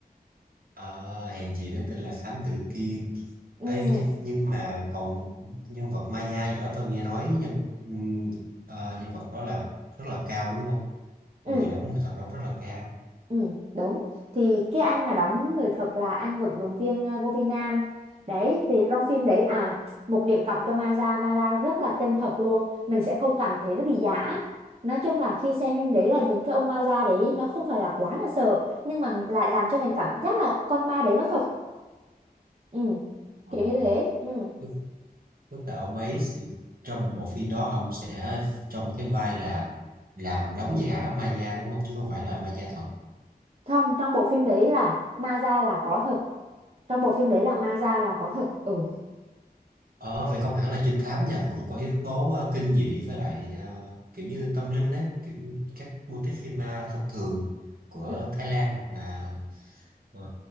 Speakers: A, on the right; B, on the right.
A: À, hèn gì nó tên là Thám tử Kiên.
B: Ừ,
A: Ấy, nhưng nhưng mà còn nhân vật Maya gì đó tôi nghe nói nhân ừm, ờ, nhân vật đó là rất là cao đúng không?
B: ừ
A: Người đóng người thật đóng rất là cao.
B: Ừ, đúng. Thì cái anh mà đóng người thật là anh vận động viên ờ, vô vi Nam. Đấy, thì trong phim đấy à, một điểm cộng cho Mara, Mara rất là chân thật luôn. Mình sẽ không cảm thấy nó bị giả. Nói chung là khi xem phim đấy là nhìn cái ông Mara đấy nó không phải là quá là sợ, nhưng mà lại làm cho mình cảm giác là con ma đấy nó thật. Ừ,
A: Ờ,
B: kiểu như thế. Ừ.
A: tức, tức là ông ấy s- trong bộ phim đó ông sẽ trong cái vai là làm đóng giả Maya đúng không? Chứ không phải là Maya thật.
B: Không, trong bộ phim đấy là Mara là có thật. Trong bộ phim đấy là Mara là có thật. Ừ.
A: Ờ, vậy không hẳn là trinh thám nha, cũng có yếu tố ờ, kinh dị với lại ờ, kiểu như tâm linh á, kiểu như các mô típ phim ma thông thường của
B: Ừ.
A: Thái Lan hoặc là ờ,